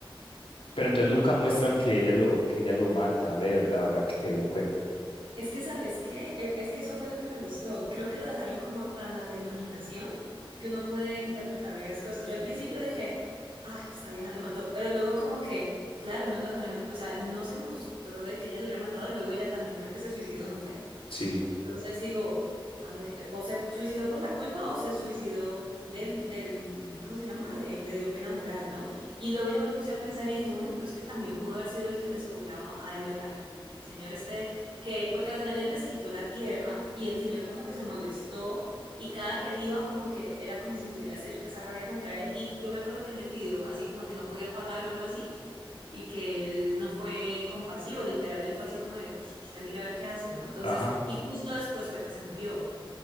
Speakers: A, on the left; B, on the right.
A: Pero entonces nunca muestran que ella lo, que ella lo mata, ¿verdad? Ahora que caigo en cuenta.
B: Es que, ¿sabes qué? Es es que eso fue lo que me gustó. Creo que lo dejaron como tan a la imaginación que uno puede interpretar varias cosas. Yo al principio dije, ah, esta vieja lo mató, pero luego como que, claro, no lo dejaron, o sea, no se mostró de que ella lo hubiera matado y luego ella también creo que se suicidó, ¿no fue?
A: Sí,
B: Entonces digo, a ver, o se suicidó por la culpa o se suicidó del, del, ¿cómo se llama? De- le dio pena moral, ¿no? Y luego ya me puse a pensar y dije, bueno, pero es que también pudo haber sido el que les cobraba al, al el señor este, que, porque al final él les quitó la tierra y el señor como que se molestó. Y cada que él iba, como que era como si tuviera ese- esa rabia contra él. Y yo me acuerdo que él le pidió así como que no podía pagar o algo así y que él no fue compasivo, literal, él fue así como de, pues usted mire a ver qué hace, ¿no? Entonces,
A: ajá.
B: y justo después fue que se murió.